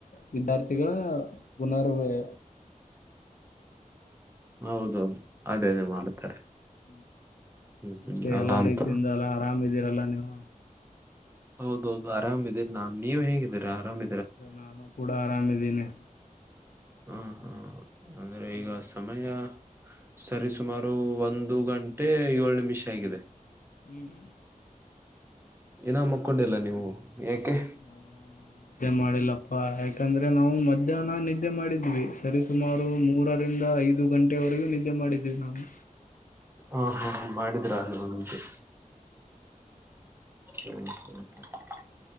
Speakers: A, on the left; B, on the right.
A: ವಿದ್ಯಾರ್ಥಿಗಳ ಪುನರ್ವ್ಯ
B: ಹೌದೌದು ಅದೇ ಅದೇ ಮಾಡ್ತಾರೆ
A: ಹ್ಮ
B: ಹ್ಮ್
A: ಮತ್ತೆ
B: ಹ್ಮ್ ಅದ
A: ಎಲ್ಲಾ
B: ಅಂತ
A: ರೀತಿಯಿಂದ ಎಲ್ಲ ಆರಾಮಿದೀರಲ್ಲ ನೀವು
B: ಹೌದೌದು ಆರಾಮಿದಿನಿ ನಾನ್ ನೀವ್ ಹೇಂಗಿದ್ದೀರಾ ಆರಾಮ
A: ನಾನು ಕೂಡ ಆರಾಮಿದ್ದೀನಿ
B: ಹ ಹಾ ಆದ್ರೆ ಈಗ ಸಮಯ ಸರಿ ಸುಮಾರು ಒಂದು ಗಂಟೆ ಒಂದು ಗಂಟೆ ಏಳ ನಿಮಿಷ ಆಗಿದೆ
A: ಹ್ಮ್
B: ಏನ ಮಕ್ಕೊಂಡಿಲ್ಲ ನೀವು ಯಾಕೆ
A: ನಾ ನಿದೆ ಮಾಡಿಲ್ಲಪ್ಪ ಯಾ ಯಾಕಂದ್ರೆ ನಾವು ಮಧ್ಯಾಹ್ನ ನಿದ್ದೆ ಮಾಡಿದ್ವಿ ಸರಿ ಸುಮಾರು ಮೂರರಿಂದ ಐದು ಗಂಟೆವರೆಗೂ ನಿದ್ದೆ ಮಾಡಿದೀವಿ ನಾವು
B: ಹಾ ಹಾ ಮಾಡಿದ್ರ ಅಹಲ್ವಾ ನಿಮಗೆ ಹ್ಮ್ ಹ್ಮ್ ಹ್ಮ್